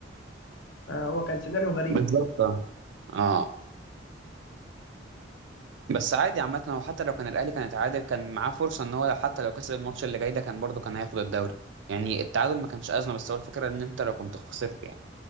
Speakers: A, on the left (about 70°); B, on the right (about 75°).
A: فهو كان سيناريو غريب
B: بالظبط اه آه. بس عادي عامة هو حتى لو كان الأهلي كان اتعادل كان معاه فرصة إن هو لو حتى لو كسب الماتش اللي جاي ده كان برضه كان هياخد الدوري يعني التعادل ما كانش أزمة بس هو الفكرة إن أنت لو كنت خسرت يعني